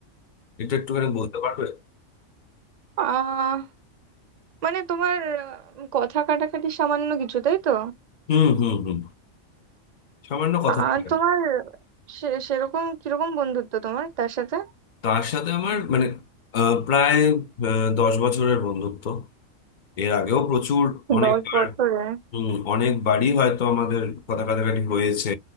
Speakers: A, on the left; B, on the right.
A: এটা একটুখানি বলতে পারবে
B: আহ মানে তোমার আহ, কথা কাটাকাটি সামান্য কিছু তাই তো
A: হুম হুম হুম সামান্য কথা
B: আহ
A: বলেন
B: তোমার সে- সেরকম কিরকম বন্ধুত্ব তোমার তার সাথে
A: তার সাথে আমার মানে আহ, প্রায় আহ, দশ বছরের বন্ধুত্ব এর আগেও প্রচুর অনেকবার
B: দশ বছরে
A: হুম অনেকবারই হয়তো আমাদের কথা কাটাকাটি হয়েছে